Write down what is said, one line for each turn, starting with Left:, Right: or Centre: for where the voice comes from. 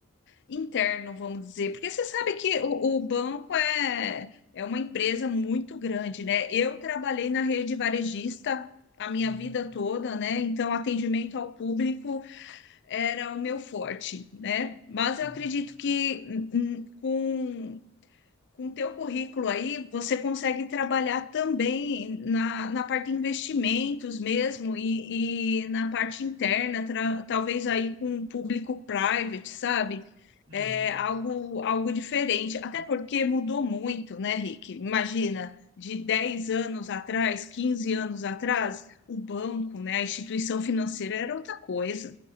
Left: interno, vamos dizer, porque você sabe que o, o banco é, é uma empresa muito grande, né? Eu trabalhei na rede varejista a minha
Right: uhum,
Left: vida toda, né? Então, atendimento ao público. era o meu forte, né? Mas
Right: uhum,
Left: eu acredito que hum, hum, com com o teu currículo aí, você consegue trabalhar também na, na parte de investimentos mesmo e, e na parte interna, tra- talvez aí com o público private, sabe?
Right: uhum,
Left: É algo, algo diferente. Até porque mudou muito, né, Rick? Imagina, de 10 anos atrás, 15 anos atrás, o banco, né, a instituição financeira era outra coisa.